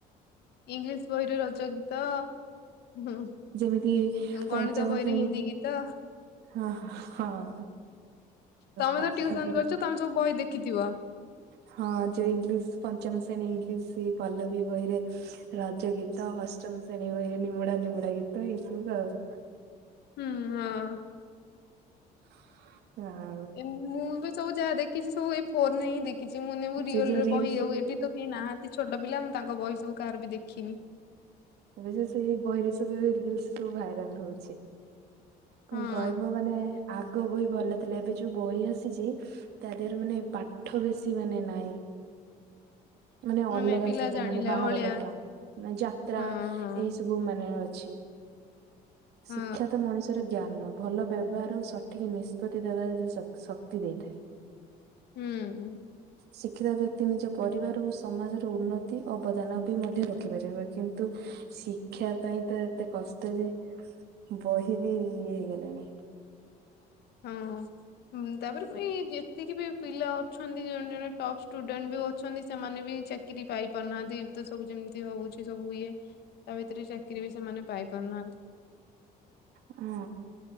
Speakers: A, on the left; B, on the right.
A: ଇଂଲିଶ ବହିରେ ରଜ ଗୀତ ହୁଁ।
B: ଯେମିତି ପଞ୍ଚମ
A: ଗଣିତ ବହିରେ
B: ଶ୍ରେଣୀ
A: ହିନ୍ଦୀ ଗୀତ।
B: ହଁ ହଁ
A: ତମେ
B: ପାଠ
A: ତ ଟିଉସନ
B: ପଢା
A: କରିଛ ତମେ ସବୁ ବହି ଦେଖିଥିବ।
B: ହଁ ଯୋଉ ଇଂଲିଶ ପଞ୍ଚମ ଶ୍ରେଣୀ ଇଂଲିଶ ପଲ ବି ବହିରେ। ରଜ ଗୀତ ଅଷ୍ଟମ ଶେଣୀ ବହି ନିମୁଡା ନିମୁଡା ଗୀତ ଏଇ ସବୁ ଆଉ
A: ହୁଁ ହଁ।
B: <inaudible>
A: ଏମତି ମୁଁ ବି ସବୁ ଯାହା ଦେଖିଛି ସବୁ ଏଇ ଫୋନରେ ହିଁ ଦେଖିଛି ମୁଁ ନେବୁ
B: ସେ
A: ରିଅଲରେ
B: ଯୋଉ ରିଲସ
A: ବହି ଆଉ ଏଠି ତ କେହି ନାହାନ୍ତି ଛୋଟ ପିଲା ମୁଁ ତାଙ୍କ ବହି ସବୁ କାହାର ବି ଦେଖିନି।
B: ଏବେ ସେ ସେଇ ବହିରେ ସବୁ ଏ ରିଲସ ସବୁ ଭାଇରାଲ ହଉଛି।
A: ହଁ
B: କଣ କହିବୁ ମାନେ ଆଗ ଆଗ ବହି ଭଲ ଥିଲା ଏବେ ଯୋଉ ବହି ଆସିଛି ତା ଦେହରେ ମାନେ ପାଠ ବେଶୀ ମାନେ ନାହିଁ।
A: <inaudible>
B: ମାନେ ଅଲଗା
A: ପିଲା
B: ସବୁ
A: ଜାଣିଲା
B: ମାନେ ବାହାର
A: ଭଳିଆ
B: କଥା ମାନେ ଯାତ୍ରା
A: ହଁ
B: ଏଇ ସବୁ। ସବୁ ମାନେ ଅଛି
A: ହଁ
B: ଶିକ୍ଷା ତ ମଣିଷର ଜ୍ଞାନ। ଭଲ ବ୍ୟବହାର ଆଉ ସଠିକ ନିଷ୍ପତ୍ତି ଦେବାର ସେ ଶ ଶକ୍ତି ଦେଇଥାଏ।
A: ହୁଁ।
B: ଶିକ୍ଷିତ ବ୍ୟକ୍ତି ନିଜ ପରିବାର ଓ ସମାଜର ଉନ୍ନତି ଅବଦାନ ବି ମଧ୍ୟ ରଖିପାରିବ। କିନ୍ତୁ ଶିକ୍ଷା ପାଇଁ ତ ଏତେ କଷ୍ଟ ଯେ ବହି ବି ହେଏଗଲାଣି।
A: ହଁ। ହୁଁ ତାପରେ କ ଯେତିକି ବି ପିଲା ଅଛନ୍ତି ଜଣେ ଜଣେ ଟପ୍ ଷ୍ଟୁଡେଣ୍ଟ ବି ଅଛନ୍ତି ସେମାନେ ବି ଚାକି ଚାକିରୀ ପାଇ ପାରୁନାହାନ୍ତି ତ ସବୁ ଯେମିତି ହଉଛି ସବୁ ଇଏ। ତା ଭିତରେ ଚାକିରୀ ବି ସେମାନେ ପାଇ ପାରୁନାହାନ୍ତି।
B: ହଁ।